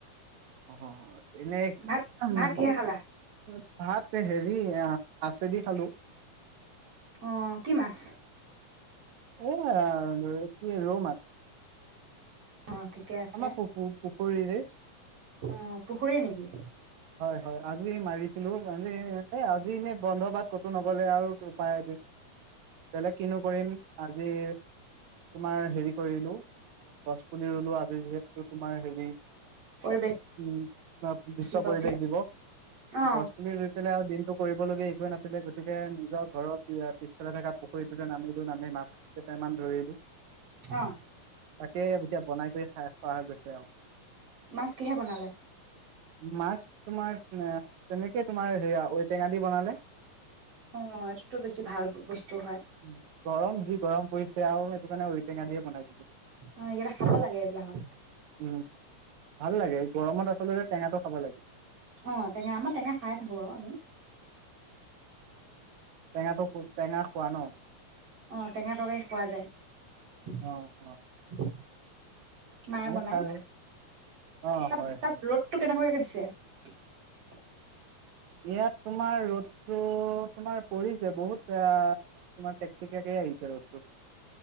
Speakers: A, on the right; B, on the right.
A: অ এনেই
B: ভাত
A: <unintelligible>
B: ভাত কিহে খালা
A: ভাত হেৰি মাছেদি খালো।
B: অ, কি মাছ?
A: অহ এ ৰৌ কি ৰৌমাছ।
B: অ ঠিকে আছে
A: আমা পু পু পু খুৰীৰে
B: অ, পুখুৰী নেকি?
A: হয়, হয় আজি মাৰিছিলো মানে আজি এ আজি এনেই বন্ধ বাত কতো নগলে আৰু উপায় বেলেগ কিনো কৰিম আজি তোমাৰ হেৰি কৰিলো অলপ গছ পুলি ৰুলো, আজি যিহেতো তোমাৰ হেৰি
B: পৰিৱেশ
A: উম, বিশ্ব
B: দিৱস
A: পৰিবেশ
B: ঠিক
A: দিবস
B: অ
A: গছ পুলি ৰুই পেলাই আৰু দিনটো কৰিবলগীয়া একোৱে নাছিলে গতিকে নিজৰ ঘৰৰ পিছফালে থকা পুখুৰীটোতে নামিলো নামি মাছ কেইটামান ধৰিলো
B: অ
A: তাকে এতিয়া বনাই কৰি খাই খোৱা হৈ গৈছে তেওঁ
B: মাছ কিহে বনালে
A: মাছ তোমাৰ তেনেকে তোমাৰ সেয়া ঔটেঙা দি বনালে
B: অ এইটোতো বেছি ভাল বস্তু হয়
A: উম গৰম যি গৰম পৰিছে আৰু সেইটো কাৰণে ঔ টেঙা দিয়ে বনাই দিলোঁ
B: অ এইকেইটা খাব লাগে এইবিলাকত।
A: উ ভাল লাগে গৰমত আচলতে টেঙাটো খাব লাগে।
B: অ টেঙা আমাৰ টেঙা খাই থাকো বাৰু আমি
A: টেঙা টো কত টেঙা খোৱা ন।
B: আহ টেঙা তৰকাৰি খোৱা যায়
A: অ অ
B: মায়ে
A: ময়ো
B: বনাই
A: খাই অ',
B: তাত
A: হয়,
B: তাত
A: হয়।
B: ৰ'দটো কেনেকুৱাকে দিছে <unintelligible>
A: ইয়াত তোমাৰ ৰ'দ শ্ব তোমাৰ পৰিছে বহুত আহ তোমাৰ তেকতেকিয়াকে আহিছে ৰদটো